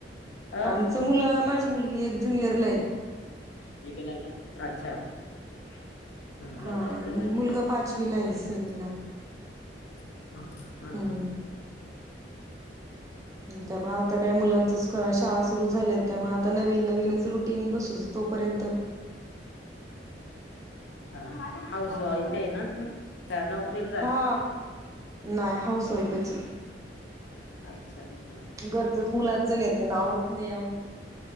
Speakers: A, on the left (about 80°); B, on the right (about 20°).
A: अ
B: आमचं मुलं माझी मुलगी एक ज्युनियरला ये.
A: अच्छा.
B: हा
A: <unintelligible>
B: आणि मुलगा पाचवीला आहे सेमीला
A: ह ह
B: हम्म.
A: हम् हम.
B: त्यामुळे आता काही मुलांचच शाळा सुरू झाल्या त्यामुळे आता नवीन नवीनच रुटीन बसू तो पण पर्यंत
A: हा हाऊस वाईफ आहे ना तुम्ही? का नोकरीला जात?
B: हा नाही हाऊस वाईफच.
A: अच्छा. हं,
B: घरचंच मुलांचं नाही होतं
A: हं.
B: आवरत नाही हो.